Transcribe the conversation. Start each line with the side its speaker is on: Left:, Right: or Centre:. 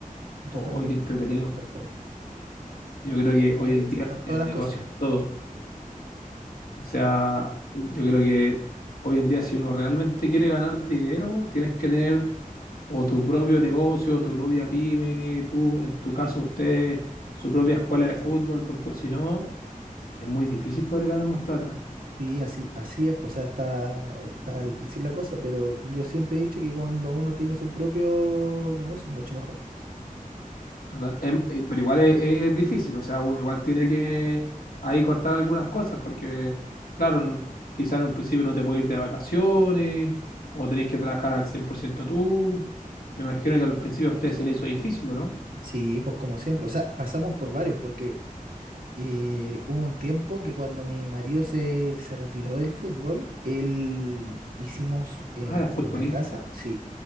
Right: y tratar
Left: o- oye,
Right: de
Left: qué entretenido.
Right: recolectar todo.
Left: Yo creo
Right: Ella
Left: que
Right: tenía
Left: hoy
Right: que
Left: en
Right: presentar
Left: día el
Right: todas
Left: el
Right: las
Left: negocio
Right: cosas.
Left: es todo. O sea, yo creo que hoy en día si uno realmente quiere ganar dinero, tienes que tener o tu propio negocio, o tu propia pyme, tú, en tu caso usted, su propia escuela de fútbol, porque si no, es muy difícil poder ganar más plata.
Right: Y así, así es, pues, o sea, está, está difícil la cosa, pero yo siempre he dicho que cuando uno tiene su propio negocio, mucho mejor.
Left: Total. Em- eh, pero igual es, es difícil, o sea, uno igual tiene que ahí cortar algunas cosas, porque claro, no, quizás en un principio no
Right: Pero-
Left: te puedes ir de vacaciones, o tenés que trabajar al 100% tú. Me imagino que al principio a usted se le hizo difícil, ¿o no?
Right: Sí, pues como siempre, o sea, pasamos por varios, porque eh, hubo un tiempo que cuando mi marido se, se retiró del fútbol, él hicimos en
Left: Ah, era futbolista.
Right: la casa, sí,